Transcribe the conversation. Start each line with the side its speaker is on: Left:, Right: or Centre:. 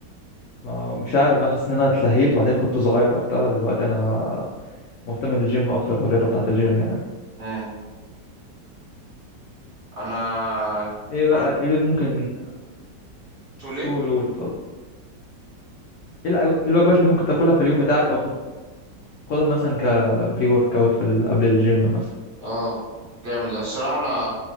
Left: ما- مش عارف بحس ان انا اتلهيت وبعدين كنت صغير وقتها دلوقتي انا مهتم بالجيم اكتر والرياضة بتاعة الجيم يعني
Right: مم. انا
Left: ايه بقى
Right: انا
Left: ايه اللي ممكن
Right: تقول ايه
Left: قول قول اتفضل ايه الأج- إيه الوجبات اللي ممكن تاكلها في اليوم بتاعك او بتاخدها مثلا كبري ورك اوت في ال- قبل الجيم مثلا
Right: اه جامد ده الصراحه انا